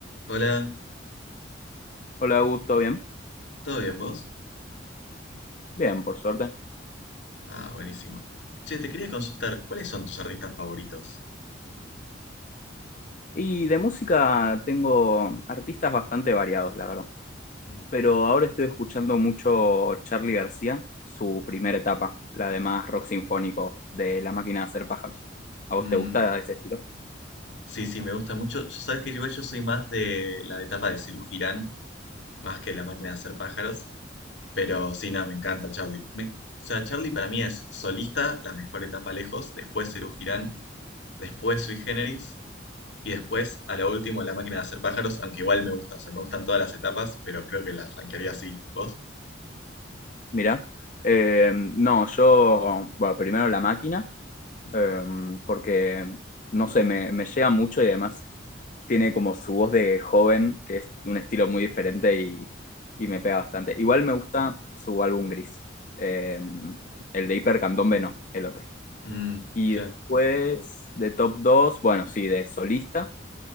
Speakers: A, on the left; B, on the left.
A: Hola,
B: Hola, Augusto, bien.
A: ¿todo bien vos?
B: Bien, por suerte.
A: Ah, buenísimo. Che, te quería consultar, ¿cuáles son tus artistas favoritos?
B: Y de música tengo artistas bastante variados, la verdad.
A: Mm.
B: Pero ahora estoy escuchando mucho Charly García, su primera etapa, la de más rock sinfónico de La Máquina de Hacer Pájaros. ¿A vos
A: Mm,
B: te gusta ese estilo?
A: sí, sí, me gusta mucho. Yo sabes que igual yo soy más de la etapa de Serú Girán, más que de la máquina de hacer pájaros, pero sí, nada, me encanta Charlie. Me- o sea, Charlie para mí es solista, la mejor etapa lejos, después Serú Girán, después Sui Generis, y después, a lo último, la máquina de hacer pájaros, aunque igual me gusta, o sea, me gustan todas las etapas, pero creo que las rankearía así. ¿Vos?
B: Mirá. Eh, no, yo, bueno, primero La Máquina,
A: Mm,
B: eh, porque, no sé, me, me llega mucho y además tiene como su voz de joven, que es un estilo muy diferente y, y me pega bastante. Igual me gusta
A: ah,
B: su álbum gris, eh, el de Hiper Candombe no, el otro.
A: mm,
B: Y
A: claro,
B: después de Top 2 bueno, sí, de Solista